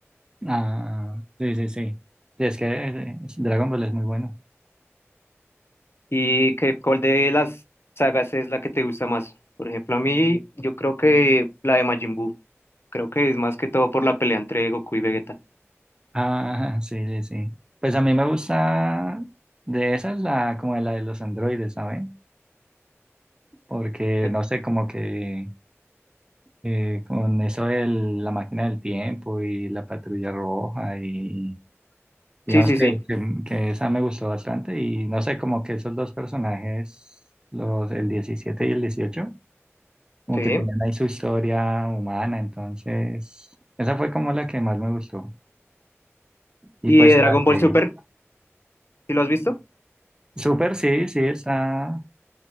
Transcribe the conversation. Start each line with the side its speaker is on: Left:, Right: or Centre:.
Right: Ah, sí, sí, sí. Sí, es que eh, Dragon Ball es muy bueno.
Left: ¿Y qué, cuál de las sagas es la que te gusta más? Por ejemplo, a mí, yo creo que la de Majin Buu. Creo que es más que todo por la pelea entre Goku y Vegeta.
Right: Ah, sí, sí, sí. Pues a mí me gusta de esas la como de la de los androides, ¿saben? Porque
Left: Eh,
Right: no sé, como que eh, con eso de la máquina del tiempo y la patrulla roja y digamos
Left: sí, sí,
Right: que,
Left: sí,
Right: que, que esa me gustó bastante y no sé, como que esos dos personajes, los el 17 y el 18 como
Left: sí.
Right: que tenían ahí su historia humana, entonces esa fue como la que más me gustó. Y
Left: ¿Y
Right: pues
Left: de
Right: la
Left: Dragon Ball
Right: de
Left: Super? ¿Sí lo has visto?
Right: Super sí, sí, está,